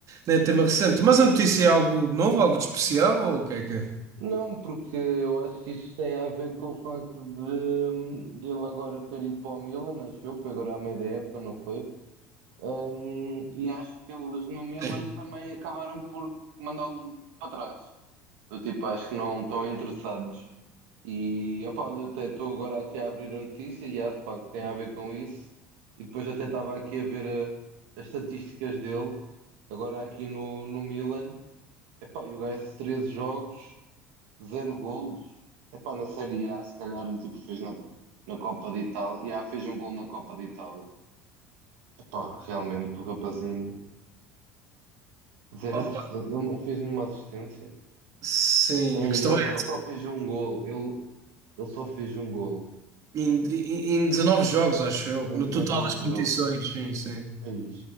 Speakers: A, on the right; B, on the right.
A: nem é tema recente. Mas a notícia é algo novo, algo de especial, ou o que é que é?
B: Não, porque eu acho que isto tem a ver com o facto de, de ele agora ter ido para o Milan, acho eu, foi agora à meia da época, não foi? Hum, e acho que eles no Milan
A: Sim.
B: também acabaram por mandá-lo para trás. Eu tipo, acho que não estão interessados. E opá, olha, até estou agora aqui a abrir a notícia e há de facto tem a ver com isso. E depois até estava aqui a ver a- as estatísticas dele, agora aqui no, no Milan. Epá, e o gajo 13 jogos. Zero golos? Epá, na Série A, se calhar, o tipo, fez na, na Copa de Itália. E ah, fez um gol na Copa de Itália. Epá, realmente, o rapazinho, zero
A: Opa,
B: assistência. Ele não fez nenhuma assistência.
A: sim,
B: Ei,
A: a questão
B: opa,
A: é.
B: ele só fez um gol. Ele, ele só fez um gol
A: Em, em em 19 jogos, acho eu,
B: em
A: no
B: 19
A: total das competições,
B: jogos.
A: sim, sim.
B: Ei,